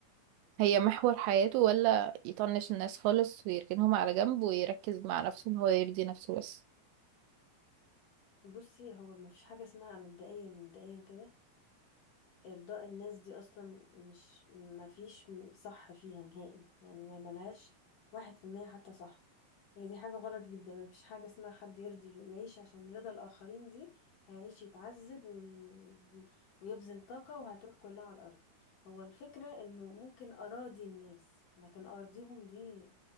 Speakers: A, on the right; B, on the left.
A: هي محور حياته ولا يطنش الناس خالص ويركنهم على جنب ويركز مع نفسه ان هو يرضي نفسه بس؟
B: بصي هو ما فيش حاجه اسمها مبدئيا مبدئيا كده ارضاء الناس دي اصلا مش ما فيش صح فيها نهائي يعني ما ملهاش واحد في المية حتى صح هي دي حاجه غلط جدا ما فيش حاجه اسمها حد يرضي يعيش عشان رضا الاخرين دي هيعيش يتعذب وي... ويبذل طاقه وهتروح كلها على الارض هو الفكره انه ممكن اراضي الناس لكن ارضيهم دي